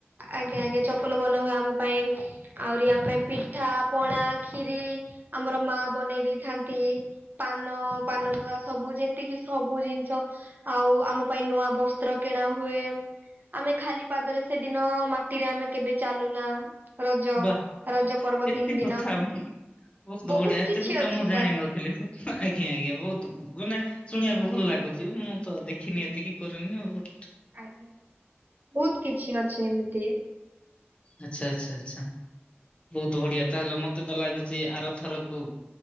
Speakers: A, on the right; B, on the left.
A: ଆଜ୍ଞା ଆଜ୍ଞା ଚପଲ ବନାହୁଏ ଆମ ପାଇଁ। ଆଉରି ଆମ ପାଇଁ ପିଠା ପଣା ଖିରି ଆମର ମା ବନେଇ ଦେଇଥାନ୍ତି। ପାନ ପାନଗୁଆ ସବୁ ଯେ ଏତିକି ସବୁ ଜିନିଷ ଆଉ ଆମ ପାଇଁ ନୂଆ ବସ୍ତ୍ର କିଣା ହୁଏ। ଆମେ ଖାଲି ପାଦରେ ସେଦିନ ମାଟିରେ ଆମେ କେବେ ଚାଲୁନା। ରଜ
B: ବାଃ
A: ରଜପର୍ବ
B: ଏତେ
A: ତିନିଦିନ।
B: କଥା ମୁଁ-
A: ବହୁତ
B: ବଢିଆ ଏତେ
A: କିଛି
B: କଥା
A: ଅଛି
B: ମୁଁ ଜାଣିନଥିଲି
A: ସାର୍।
B: ଆଜ୍ଞା ଆଜ୍ଞା ବହୁତ ଗୁନେ ଶୁଣିବାକୁ ଭଲ ଲାଗୁଛି ମୁଁ ତ ଦେଖିନି ଏତିକି କରିନି ଆଉ।
A: ଆଜ୍ଞା। ବହୁତକିଛି ଅଛି ଏମିତି
B: ଆଚ୍ଛା ଆଚ୍ଛା ଆଚ୍ଛା ବହୁତ ବଢିଆ ତାହେଲେ ମତେ ତ ଲାଗୁଛି ଆରଥରକୁ